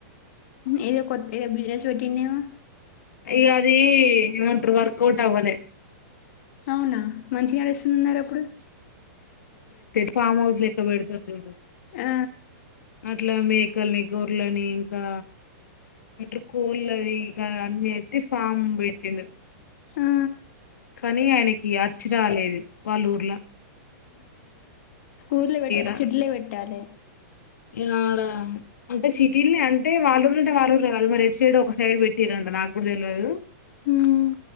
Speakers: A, on the left (about 55°); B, on the left (about 80°).
A: ఏదో కొత్త ఏదో బిజినెస్ పెట్టిండేమో
B: ఇగ అది ఏమంటారు వర్క్ ఓట్ అవ్వలే
A: అవునా మంచిగా నడుస్తుందిన్నారు అప్పుడు
B: ఫామ్ హౌస్ లెక్క పెడతాది
A: ఆ
B: అట్లా మేకల్ని, గొర్లని ఇంకా <unintelligible> ఫామ్ పెట్టిండు
A: ఆ
B: కానీ ఆయనకి అచ్చు రాలేదు వాళ్లుఊర్ల
A: ఊర్లో పెట్
B: రా
A: సిటీలో పెట్టాలే
B: ఇగ ఆడ అంటే సిటీల్నే అంటే వాళ్ళ ఊర్లనే వాళ్ళ ఊర్లోనే కలవరు ఎటు సైడు ఒక సైడు పెట్టిర్రంట నాకు కూడా తెలవదు
A: ఉమ్